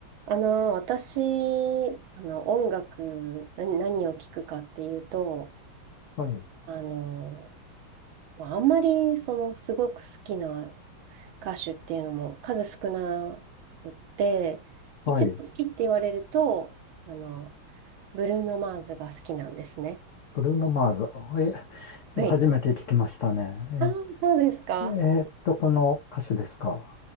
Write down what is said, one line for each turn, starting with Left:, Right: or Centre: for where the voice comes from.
Right: あの、私、あの、音楽、な何を聴くかっていうと、
Left: はい。
Right: あの、まああんまり、その、すごく好きな歌手っていうのも数少なくって、
Left: はい。
Right: 一番好きって言われると、あの、ブルーノ・マーズが好きなんですね。
Left: ブルーノ・マーズ。え、ちょっ
Right: はい。
Left: と初めて聞きましたね。
Right: ああ、そうですか。
Left: え、えーっと、この歌手ですか。